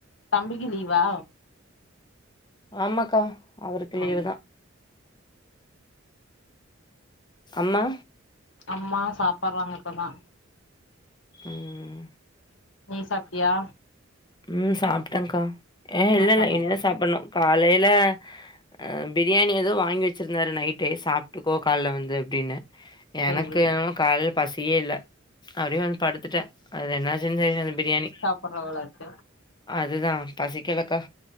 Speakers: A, on the left; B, on the left.
A: தம்பிக்கு லீவா
B: ஆமாக்கா அவருக்கு
A: ம்
B: லீவு தா அம்மா
A: அம்மா சாப்பறாங்க இப்ப தா
B: உம்
A: நீ சாப்டியா
B: உம் சாப்பிட்டேங்கா அஹ்
A: என்ன
B: இல்ல இல்ல
A: சமையல்
B: இன்னு சாப்பிடணு காலைல அஹ் பிரியாணி ஏதோ வாங்கி வெச்சிருந்தாரு நைட்டே சாப்பிட்டுக்கோ காலைல வந்து அப்டின்னு
A: சேரி
B: எனக்கு என்னமோ காலையில பசியே இல்ல அப்டியே வந்து படுத்துட்டே அது என்னாச்சுன்னு தெரியாது பிரியாணி
A: நல்லாருக்கு
B: அதுதா பசிக்களக்கா